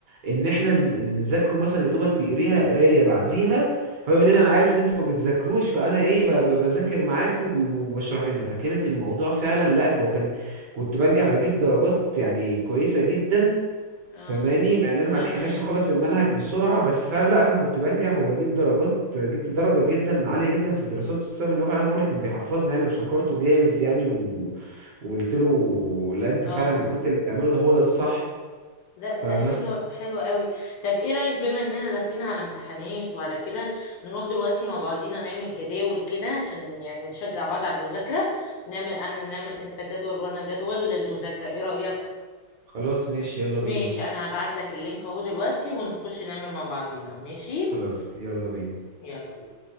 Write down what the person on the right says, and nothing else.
ان احنا ن- نذاكره مثلا يا دوبك تقريها قرايه بعديها هو يقول لنا
انا عارف ان انتوا ما بتذاكروش فانا ايه ب- ب- بذاكر معاكم وب- وبشرح لنا فكانت الموضوع فعلا لا وكان كنت بنجح بجيب درجات يعني كويسه جدا
فاهماني مع اننا
ما لحقناش نخلص المنهج بسرعه بس فعلا لا انا كنت بنجح وبجيب درجات جبت درجه جدا عاليه جدا في الدراسات بسبب ان هو فعلا هو اللي كان بيحفظني يعني وشكرته جامد يعني و... وقلت له لا انت
فعلا كنت اللي بتعمله ده هو ده الصح
فاهمه
خلاص ماشي يلا بينا
خلاص يلا بينا